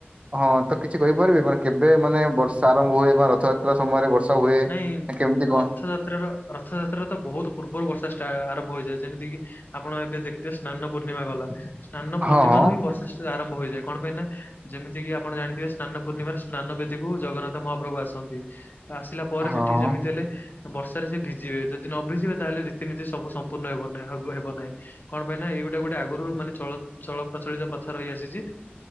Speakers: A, on the right (about 30°); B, on the left (about 50°).
A: ହଁ ତ କିଛି କହିପାରିବେ ମାନେ କେବେ ମାନେ ବର୍ଷା ଆରମ୍ଭ ହୁଏ ବା ରଥଯାତ ସେ ସମୟରେ ବର୍ଷା ହୁଏ?
B: ନାଇଁ
A: କେମିତି କଣ
B: ରଥଯାତ୍ରାର ରଥଯାତ୍ରା ତ ବହୁତ ପୂର୍ବରୁ ବର୍ଷା ଷ୍ଟା ଆରମ୍ଭ ହୋଇଯାଏ ଯେମିତି କିି ଆପଣ ଏବେ ଦେଖିଥିବେ ସ୍ନାନ ପୂର୍ଣ୍ଣିମା ଗଲା ସ୍ନାନ
A: ହଁ
B: ପୂର୍ଣ୍ଣିମାରୁ
A: ହଁ
B: ହିଁ ବର୍ଷା ଆରମ୍ଭ ହୋଇଯାଏ କଣ ପାଇଁ ନା ଯେମିତି କିି ଆପଣ ଜାଣିଥିବେ ସ୍ନାନ ପୂର୍ଣ୍ଣିମାରେ ସ୍ନାନ ବେଦିକୁୁ ଜଗନ୍ନାଥ ମହାପ୍ରଭୁ ଆସନ୍ତି। ତ ଆସିଲା ପରେ
A: ହଁ
B: ସେଠିକି ଯେମିତି ହେଲେ। ବର୍ଷାରେ ସେ ଭିଜିବେ ଯଦି ନ ଭିଜିବେ ତାହେଲେ ରୀତିନୀତି ସବୁ ସମ୍ପୂର୍ଣ୍ଣ ହେବ ହେବ ନାହିଁ। କଣ ପାଇଁ ନା ଏଇଗୋଟେ ଗୋଟେ ଆଗରୁ ମାନେ ଚଳ ଚଳ ପ୍ରଚଳିତ ପ୍ରଥା ରହିଆସିଛି।